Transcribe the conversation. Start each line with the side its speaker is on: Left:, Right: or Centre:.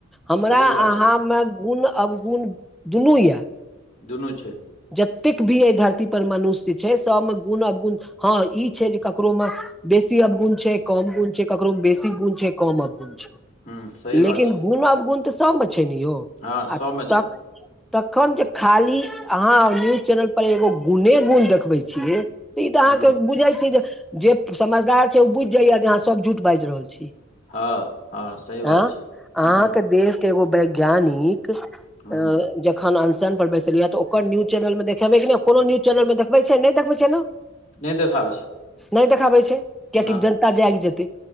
Centre: हमरा
Left: सही बात
Centre: अहाँ
Left: छै
Centre: मे को गुण अवगुण दुनू य
Left: दुनू छै
Centre: जतेक भी एहि धरती पर मनुष्य छै सभ मे गुण अवगुण हँ ई छै जे ककरो मे बेसी अवगुण छै कम गुण छै ककरो मे बेसी गुण छै कम अवगुण छै।
Left: हुँ सही बात
Centre: लेकिन
Left: छै
Centre: गुन अवगुण त सब मे छै ने यौ
Left: हँ
Centre: आ
Left: सबमे छै
Centre: त तखन जे खाली अहाँ न्यूज चैनल पर एगो गुणे गुण देखबै छियै ई त अहाँ
Left: हुँ
Centre: के बुझाइ छ जे जे समझदार छै ओ बुझि जाइया जे अहाँ सब झूठ बाजि रहल छी।
Left: हँ हँ सही बात
Centre: आँ
Left: छियै हम्म
Centre: अहाँके देश एगो वैज्ञानिक अ
Left: हुँ
Centre: जखन अनसन पर बैसल या त ओ ओकर न्यूज चैनल मे देखबै नै कोनो न्यूज चैनल मे देखबै छै नै देखबै छै ना
Left: नै देखाबै छै
Centre: नै देखाबै छै कियाकि
Left: ना
Centre: जनता जाइग जेतै